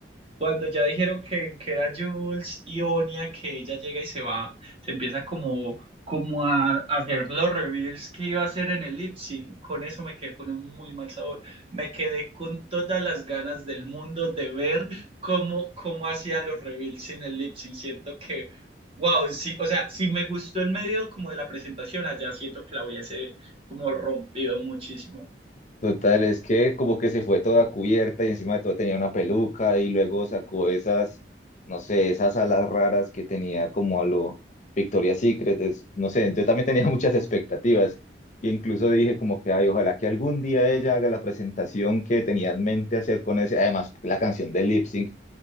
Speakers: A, on the right (about 35°); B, on the left (about 45°).
A: Cuando ya dijeron que queda Jules y Onia, que ella llega y se va, se empieza como, como a, a hacer los reveals que iba a hacer en el lip sync. Con eso me quedé con un muy mal sabor. Me quedé con todas las ganas del mundo de ver cómo, cómo hacía los reveals en el lip sync. Siento que, wow, sí, o sea, si me gustó el medio como de la presentación, allá siento que la hubiese como rompido muchísimo.
B: Total, es que como que se fue toda cubierta y encima de todo tenía una peluca y luego sacó esas, no sé, esas alas raras que tenía como a lo Victoria's Secret, es- no sé, yo también tenía <laughs> muchas expectativas y incluso dije como que, ay, ojalá que algún día ella haga la presentación que tenía en mente hacer con ese, además la canción de Lip Sync,